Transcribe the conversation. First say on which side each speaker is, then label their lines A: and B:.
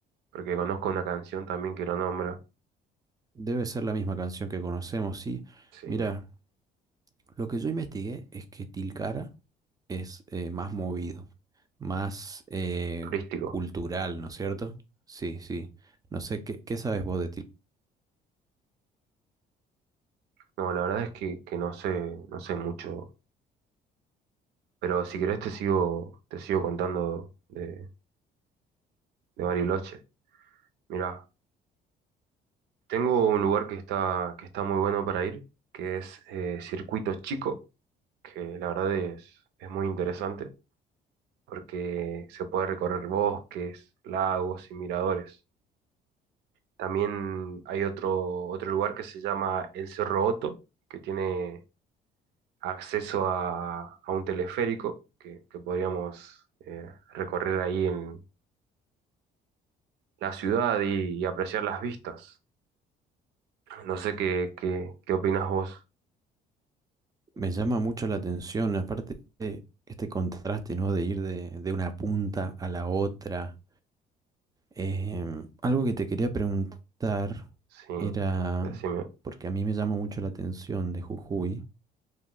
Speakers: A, on the right; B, on the right.
A: porque conozco una canción también que lo nombra.
B: Debe ser la misma canción que conocemos, sí.
A: Sí,
B: Mira, lo que yo investigué es que Tilcara es eh, más movido, más eh,
A: turístico.
B: cultural, ¿no es cierto? Sí, sí. No sé, ¿qué, qué sabes vos de
A: No, la verdad es que, que no sé, no sé mucho. Pero si querés te sigo, te sigo contando de, de Bariloche. Mirá, tengo un lugar que está, que está muy bueno para ir, que es eh, Circuito Chico. que la verdad es, es muy interesante porque se puede recorrer bosques, lagos y miradores. También hay otro, otro lugar que se llama el Cerro Otto, que tiene acceso a, a un teleférico que, que podríamos eh, recorrer ahí en la ciudad y, y apreciar las vistas. No sé qué, qué, qué opinas vos.
B: Me llama mucho la atención, aparte de este contraste, ¿no? De ir de, de una punta a la otra. Em, algo que te quería preguntar
A: Sí,
B: era,
A: decime.
B: porque a mí me llama mucho la atención de Jujuy,